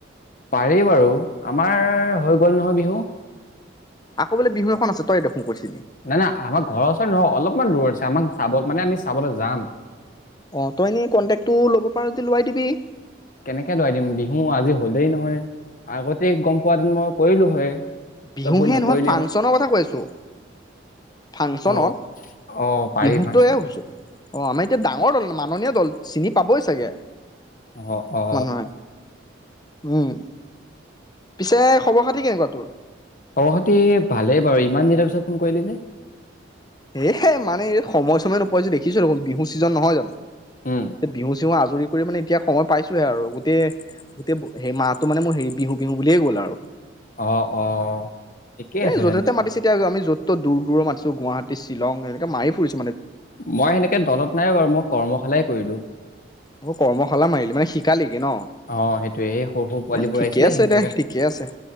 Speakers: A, on the left; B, on the left.
A: পাৰি বাৰু, আমাৰ হৈ গল নহয় বিহু
B: আকৌ বোলে বিহু এখন আছে, তইয়ে দেখোন কৈছিলি
A: নাই নাই, আমাৰ ঘৰৰ ওচৰত নহয়, অলপমান দূৰ আছে আমাক চাব মানে, আমি চাবলৈ যাম।
B: অ তই এনেই কণ্টেকটো ল'ব পাৰ যদি লোৱাই দিবি।
A: কেনেকে লৰাই দিম বিহু আজি হ'লেই নহয়, আগতে গম পোৱা দন মই কৰিলো হয়
B: বিহুহে
A: তই ফোন নকৰিলে
B: নহয় ফাংচনৰ
A: মোক
B: কথা কৈছো, ফাংচনত
A: অ অ পাৰি
B: বিহুতে
A: ফাংচনত
B: অ আমাৰ এতিয়া ডাঙৰ দল মাননীয় দল চিনি পাবই চাগে
A: অ অ
B: মানুহে উম পিছে খবৰ খাতি কেনেকুৱা তোৰ
A: খবৰ খাটি ভালেই বাৰু ইমান দিনৰ পিছত ফোন কৰিলি যে
B: এহে মানে সময় সময়ে নোপাইছো দেখিছো ৰ বিহু ছিজন নহয় জানো
A: উম
B: তে বিহু আজৰি কৰি মানে এতিয়া সময় পাইছোহে আৰু, গোটেই গোটেইেই মাহটো মানে মোৰ হেৰি বিহু বিহু বুলিয়ে গ'ল আৰু
A: অ অ ঠিকেই
B: এই
A: আছে
B: য'তে
A: তেন্তে
B: ত'তে মাতিছে এতিয়া আমি য'ত দূৰ দূৰৰত ম আছ গুৱাহী চিলং এনেকে মাৰি ফুৰিছে
A: মই সেনেকে দলত নাই বাৰু মই কৰ্মশালাই কৰিলো
B: ম কৰ্মশালা মাৰিলো মানে শিকালেই ন?
A: অ সেইটোৱে এই সৰু সৰু পোৱালিবোৰ
B: এ ঠিকে
A: আহিছিলে
B: আছে
A: সিহঁতকে
B: দে, ঠিকে আছে